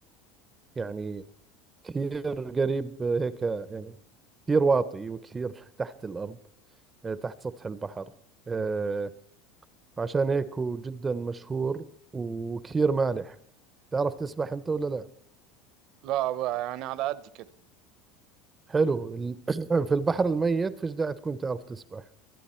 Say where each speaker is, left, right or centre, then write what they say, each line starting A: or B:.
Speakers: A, on the right; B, on the right.
A: يعني كثير قريب هيك يعني كثير واطي وكثير تحت الأرض آه، تحت سطح البحر آه، عشان هيك هو جدا مشهور وكثير مالح تعرف تسبح أنت ولا لا؟
B: لا بقى يعني على قد كده
A: حلو ال- <clears throat> في البحر الميت فيش داعي تكون تعرف تسبح